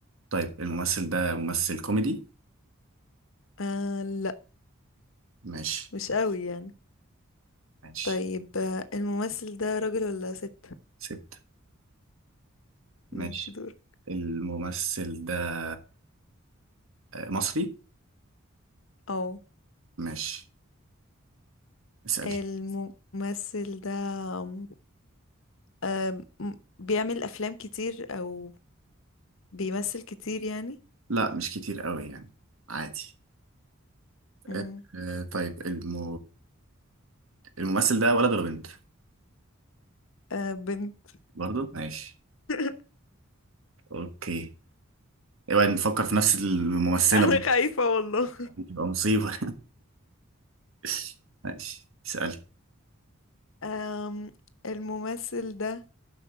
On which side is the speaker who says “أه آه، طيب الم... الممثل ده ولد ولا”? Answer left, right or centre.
Right